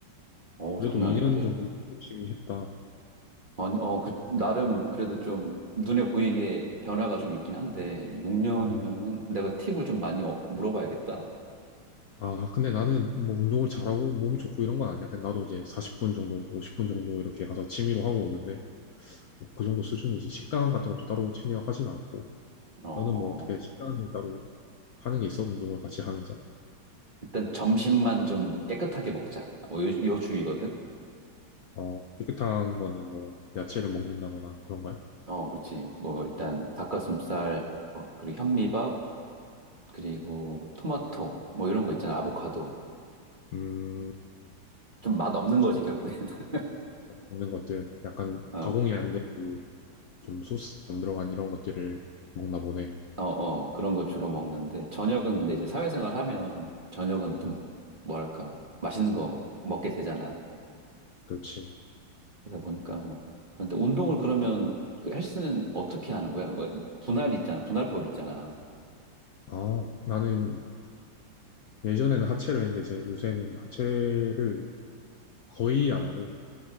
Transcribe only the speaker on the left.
그래도
2년
정도 열심히 했다.
아, 어.
아, 근데 나는 뭐 운동을 잘하고 몸이 좋고 이런 건 아니야. 그냥 나도 이제 40분 정도, 50분 정도 이렇게 가서 취미로 하고 오는데 뭐그 정도 수준이지. 식단 같은 것도 따로 챙겨 하진 않고.
너는 뭐 어떻게 식단을 따로 하는 게 있어? 운동을 같이 하면서.
어, 깨끗한 거는 뭐 야채를 먹는다거나 그런 거야?
음,
좋지.
없는 것들, 약간
가공이 안 되고 좀 소스 안 들어간 이런 것들을 먹나 보네.
음,
그렇지.
아, 나는 예전에는 하체를 했는데 이제 요새는 하체를 거의 안 하고